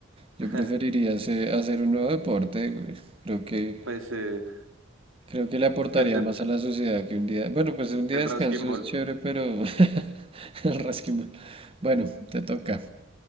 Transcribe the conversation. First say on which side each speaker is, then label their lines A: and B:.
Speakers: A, on the right; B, on the right.
A: Yo
B: <laughs>
A: preferiría hacer hacer un nuevo deporte, güey. Creo que,
B: Pues eh,
A: creo que le aportaría
B: que el de
A: más a la sociedad que un día. Bueno, pues un día
B: el
A: de
B: Raskin
A: descanso
B: Ball.
A: es chévere, pero <laughs> el rasquimal. Bueno, te toca.